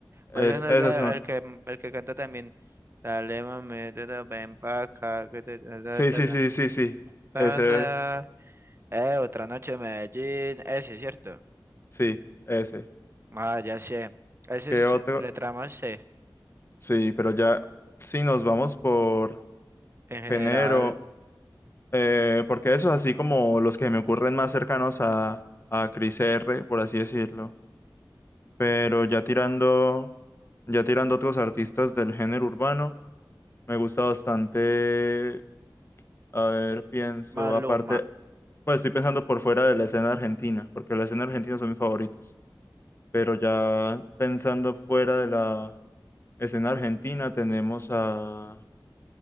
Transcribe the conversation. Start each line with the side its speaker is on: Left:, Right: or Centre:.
Left: Es,
Right: O sea, no
Left: esas
Right: es la-
Left: son.
Right: el que el que canta también. Dale, mami, te da ven paca. que te- ta, ta,
Left: Sí,
Right: ta,
Left: sí, sí, sí, sí.
Right: ta,
Left: Ese,
Right: ta. Eh, otra noche en Medellín. Ese es cierto.
Left: sí, ese.
Right: Ah, ya sé. Ese
Left: ¿Qué
Right: es
Left: otro?
Right: letra más C.
Left: Sí, pero ya, si nos vamos por
Right: En general,
Left: género, eh, porque esos así como los que me ocurren más cercanos a, a Cris R, por así decirlo. Pero ya tirando, ya tirando otros artistas del género urbano, me gusta bastante. A ver, pienso,
Right: Maluma.
Left: aparte, pues estoy pensando por fuera de la escena argentina, porque la escena argentina son mis favoritos. Pero ya pensando fuera de la escena argentina, tenemos a,